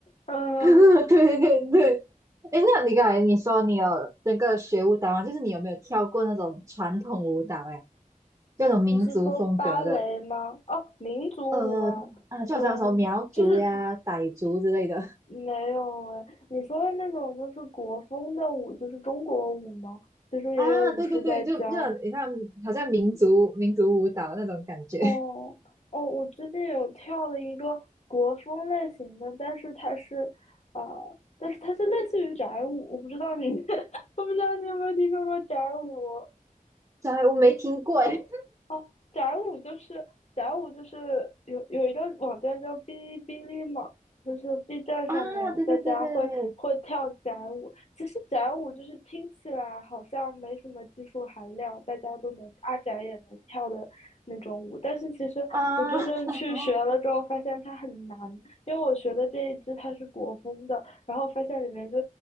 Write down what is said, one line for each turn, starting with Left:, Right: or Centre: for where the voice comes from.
Left: 嗯，
Right: <laughs> 对对对，哎，那你刚才你说你有那个学舞蹈吗？就是你有没有跳过那种传统舞蹈？哎，这种民族风格的，
Left: 你是说芭蕾吗？哦，民族舞啊，
Right: 呃啊，就好像什么苗族呀、
Left: 嗯，就是
Right: 傣族之类的
Left: 没有哎。你说的那种就是国风的舞，就是中国舞吗？
Right: <laughs>
Left: 其实也有舞狮在教，
Right: 啊，对对对，就那种你看，好像民族民族舞蹈那种感觉。
Left: 哦哦，我最近有跳了一个国风类型的，但是它是，呃，但是它是类似于宅舞，我不知道你，<laughs> 我不知道你有没有听说过宅舞。
Right: <laughs> 对，我没听过哎。
Left: 哦，宅舞就是宅舞就是有有一个网站叫哔哩哔哩嘛，就是 B 站上面大家会会跳宅舞。
Right: 啊，对对对对，
Left: 其实宅舞就是听起来好像没什么技术含量，大家都能阿宅也能跳的那种舞，但是其实我真正去学了之后，
Right: 啊，<laughs>
Left: 发现它很难，因为我学的这一支它是国风的，然后发现里面就